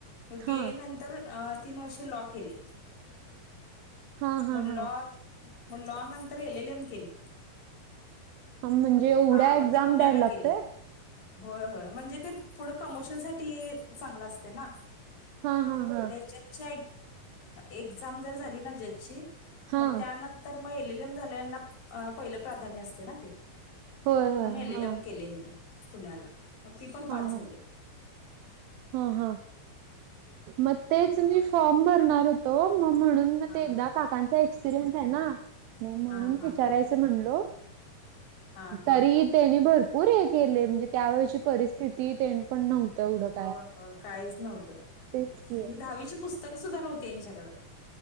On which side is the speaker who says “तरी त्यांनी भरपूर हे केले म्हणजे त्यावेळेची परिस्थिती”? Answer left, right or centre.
Right